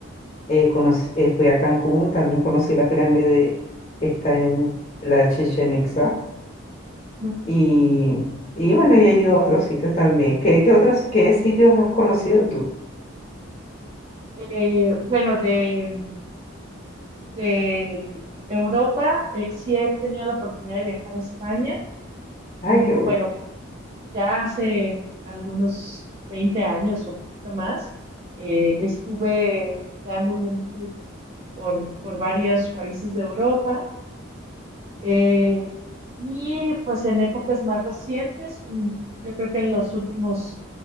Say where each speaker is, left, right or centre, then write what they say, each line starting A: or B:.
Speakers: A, on the left; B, on the right.
A: eh, conocí- eh, fui a Cancún, también conocí la pirámide que está en la Chichén Itzá,
B: Ujú.
A: y, y bueno, y he ido a otros sitios también. ¿Qué, qué otros, qué sitios has conocido tú?
B: Eh, bueno, de, de Europa, eh, sí he tenido la oportunidad de viajar a España
A: Ay,
B: y
A: qué bueno.
B: bueno, ya hace algunos 20 años o poquito más, eh, estuve dando un tour por, por varios países de Europa. eh, y pues en épocas más recientes, mm, yo creo que en los últimos